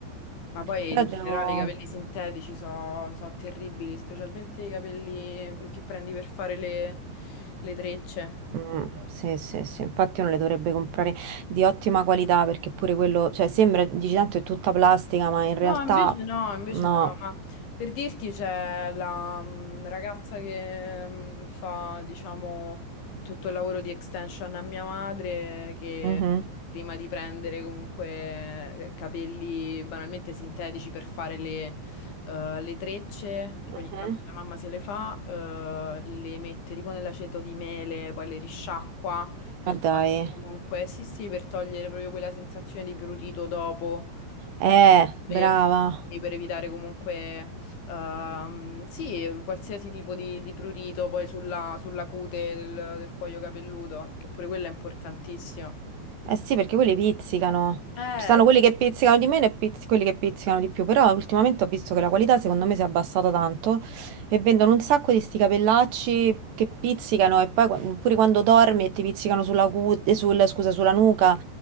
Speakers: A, on the left; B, on the right.
A: Ma poi
B: Però
A: in
B: devo...
A: generale i capelli sintetici sono terribili, specialmente i capelli che prendi per fare le, le trecce.
B: Mm, sì, sì, sì, infatti uno le dovrebbe comprare di ottima qualità perché pure quello, cioè sembra, dici tanto è tutta plastica, ma in realtà
A: No, invece no, invece
B: no.
A: no, ma per dirti c'è la mm, ragazza che mm, fa, diciamo, tutto il lavoro di extension a mia madre, che
B: Mhm.
A: prima di prendere comunque eh, capelli banalmente sintetici per fare le, eh, le trecce, perché
B: Mhm.
A: ogni tanto mia mamma se le fa, eh, le mette tipo nell'aceto di mele, poi le risciacqua per
B: Ma dai.
A: togliere comunque, sì sì, per togliere proprio quella sensazione di prurito dopo
B: Eh,
A: per
B: brava.
A: sì, per evitare comunque, ehm, sì, qualsiasi tipo di, di prurito poi sulla, sulla cute del, del cuoio capelluto, perché pure quello è importantissimo.
B: Eh sì, perché quelli pizzicano.
A: Eh,
B: Ci sono quelli che pizzicano di meno e pizz- quelli che pizzicano di più, però ultimamente ho visto che la qualità secondo me si è abbassata tanto e vendono un sacco di sti capellacci che pizzicano e poi qua- pure quando dormi e ti pizzicano sulla, cu- eh, sul- scusa, sulla nuca,